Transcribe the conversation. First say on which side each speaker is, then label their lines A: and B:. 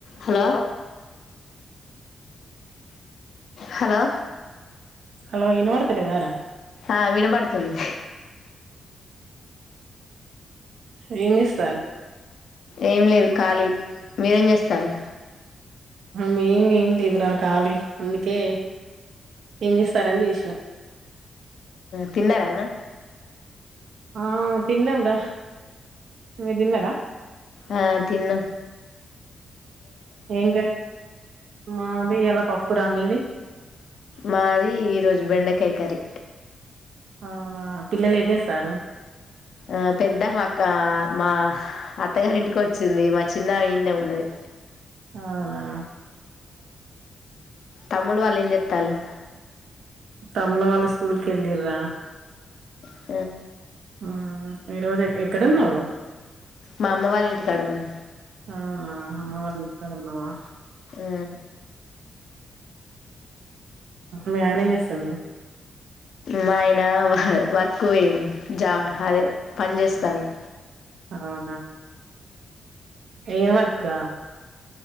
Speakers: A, on the left; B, on the right.
A: హలో హలో
B: హలో ఇనపడతలేదారా
A: ఆ వినబడుతుంది
B: జనిస్
A: ఏం లేదు ఖాళీ మీరేం చేస్తారు
B: మేమ ఏమి లేదురా కళి అందుకే ఏం చేస్తారని చేసిన
A: తిినారను
B: ఆ తిన్నాం రా మీరు తిన్నారా
A: ఆ తిన్న
B: ఎంగ మావి ఎలా పప్పురా మీది
A: మాది ఈరోోజు బెండకాయకరి
B: అవునా పిల్లలు ఏం చేస్తారు
A: ఆ పెద్ద మా అక్క మా అత్తగారింటికి వచ్చింది మా చిన్న ఈన్నే ఉన్నది
B: అవునా
A: తమలు వళిం జత్తలు
B: తమ్న వాళ్ళ స్కూల్ క వెళ్ళరరా
A: ఈ
B: ఆ ఈరోజు ఎక్కడ ఉన్నావు
A: మామ్మ వాళ్ళ ఇంటి కాడు ఉన్న
B: అవునా అమ్మ వంచి కడందవా
A: ఆ
B: మ్యానేంజ ఇస్తున్నా
A: మా ఆయన వర్క్ వేయండు జా అదే పని చేస్తాను
B: ఆ ఏ మాకురా